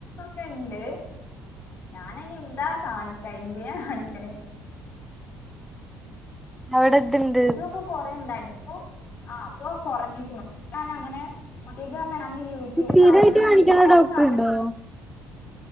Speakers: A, on the left; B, in the centre.
A: കണ്ട് ഞാൻ അയ്ന് എന്താ കാണിക്കാ എന്തിനാ കാണിക്കണെ
B: അവടെ <unintelligible>
A: കുരു ഒക്കെ കൊറേ ണ്ടായിരുന്നു ഇപ്പൊ ആഹ് ഇപ്പോ കുറഞ്ക്ണു ഞാൻ അങ്ങനെ ഇതന്നെ ഞാൻ യൂട്യൂബിൽ
B: സ്ഥിരായിട്ട്
A: കാണുന്ന
B: കാണിക്കണ
A: എല്ലാ
B: ഡോക്ടറുണ്ടോ
A: സാധനങ്ങളും.